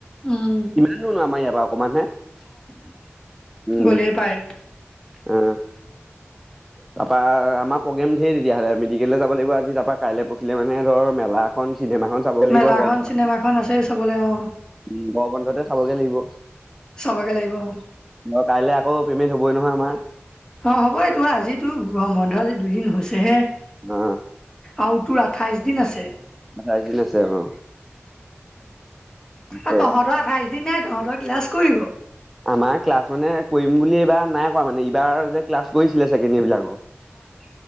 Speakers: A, on the left; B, in the centre.
A: উম
B: কিমাননো ন আমাৰ ইয়াৰ পৰা অকমান হে, উম।
A: গলিয়ে পায়
B: উম। তাৰপৰা, আমাৰ প্ৰগ্ৰেম ধেৰ তেতিয়াহ'লে মেডিকেললে যাব লাগিব আজি তাৰপৰা কাইলৈ পৰখিলে মানে ধৰ মেলা এখন চিনেমা খন চাব লাগিব
A: মেলাখন
B: আকৌ
A: চিনেমাখন
B: <unintelligible>
A: আছে চাবলৈ অ
B: উম, গৰম বন্ধতে চাবগে লাগিব।
A: চাবগে লাগিব অ।
B: মই কাইলৈ আকৌ পেইমেন্ট হ'বই নহয় আমাৰ।
A: অ' হ'বটো, আজিতো গৰম বন্ধ আজি দুদিন হৈছে হে।
B: অ
A: আৰু তোৰ আঠাইচ দিন আছে। উম,
B: আঠাইছ দিন আছে অ তাকে
A: আৰু তহঁতৰ আঠাইচ দিন তহঁতৰ ক্লাছ কৰিব।
B: আমাৰ ক্লাছ মানে, কৰিম বুলি এইবাৰ নাই কোৱা মানে এইবাৰ যে ক্লাছ কৰিছিলে চাগ <unintelligible> বিলাকক অ',